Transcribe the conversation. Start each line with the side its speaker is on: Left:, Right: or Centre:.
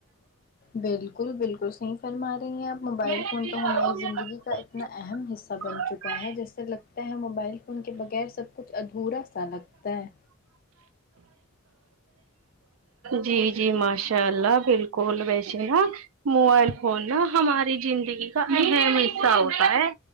Left: بالکل بالکل صحیح فرما رہی ہیں آپ موبائل
Right: میں نے
Left: فون تو ہماری زندگی کا ایک اپنا اہم حصہ بن چکا ہے جیسے لگتا ہے موبائل ان کے بغیر سب کچھ ادھورا سا لگتا ہے
Right: جی جی ماشاء اللہ بالکل ویشے نا موبائل فون نا ہماری زندگی کا اہم حصہ ہوتا ہے